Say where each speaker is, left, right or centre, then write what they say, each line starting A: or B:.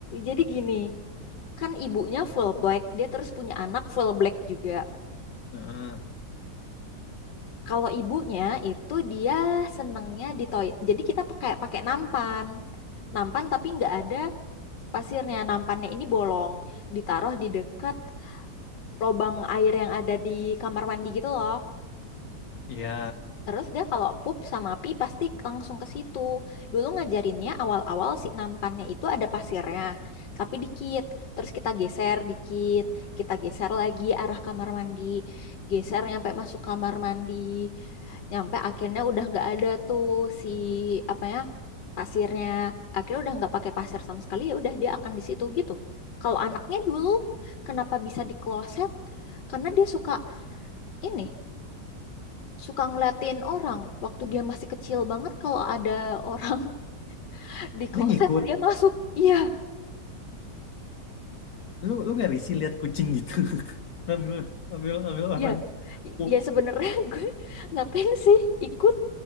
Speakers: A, on the left; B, on the left.
A: jadi gini, kan ibunya full black, dia terus punya anak full black juga.
B: Heeh.
A: Kalau ibunya itu dia senengnya di toy. Jadi kita pakai pakai nampan. Nampan tapi nggak ada pasirnya. Nampannya ini bolong, ditaruh di dekat lubang air yang ada di kamar mandi gitu loh.
B: Iya.
A: Terus dia kalau pup sama pi pasti langsung ke situ. Dulu ngajarinnya awal-awal si nampannya itu ada pasirnya, tapi dikit. Terus kita geser dikit, kita geser lagi arah kamar mandi, geser nyampe masuk kamar mandi, nyampe akhirnya udah nggak ada tuh si apa ya pasirnya. Akhirnya udah nggak pakai pasir sama sekali ya udah dia akan di situ gitu. Kalau anaknya dulu kenapa bisa di kloset? Karena dia suka ini suka ngeliatin orang waktu dia masih kecil banget kalau ada orang <laughs> di kloset
B: Dia ngikut.
A: dia masuk iya
B: Lu lu nggak risih lihat kucing gitu. <laughs> Ambil ambil ambil orang
A: iya
B: pup.
A: ya sebenarnya <laughs> gue ngapain sih ikut